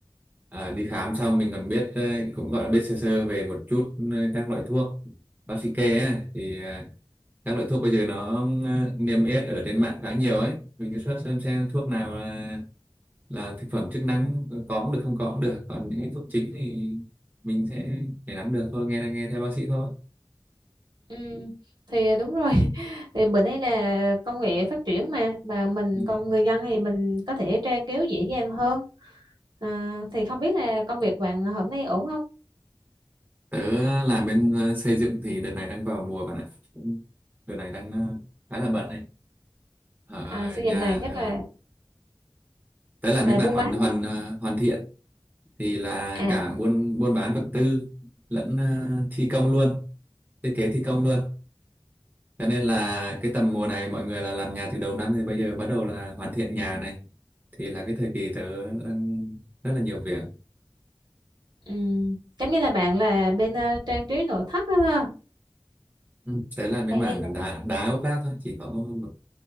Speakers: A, on the right (about 20°); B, on the right (about 60°).
A: à, đi khám xong mình còn biết ờ, cũng gọi là biết sơ sơ về một chút ờ, các loại thuốc bác sĩ kê ấy, thì à, các loại thuốc bây giờ nó ờ, niêm yết ở trên mạng khá nhiều ấy mình cứ search xem xem thuốc nào là là thực phẩm chức năng có cũng được không có cũng được còn những cái thuốc chính thì mình sẽ để nắm được thôi nghe nghe theo bác sĩ thôi
B: ừ, thì đúng rồi <laughs> thì bữa nay là công nghệ phát triển mà mà mình
A: ừ.
B: con người dân thì mình có thể tra cứu dễ dàng hơn à, thì không biết là công việc bạn hôm nay ổn không
A: tớ làm bên ờ, xây dựng thì đợt này đang vào mùa bạn ạ Cũng- đợt này đang ờ, khá là bận ấy ở
B: à, xây
A: nhà
B: dựng là chắc
A: ờ,
B: là
A: Đó làm
B: là
A: mấy mảng
B: buôn
A: hoàn
B: bán
A: hoàn à, hoàn thiện thì là
B: à
A: cả buôn buôn bán vật tư lẫn à, thi công luôn, thiết kế thi công luôn. Cho nên là cái tầm mùa này mọi người là làm nhà từ đầu năm thì bây giờ bắt đầu là hoàn thiện nhà này thì là cái thời kỳ tớ đang rất là nhiều việc.
B: ừm, giống như là bạn là bên ờ, trang trí nội thất đó ha
A: Ừ, tớ làm bên
B: hay,
A: mảng
B: hay là
A: đá đá ốp lát thôi, chỉ có một, một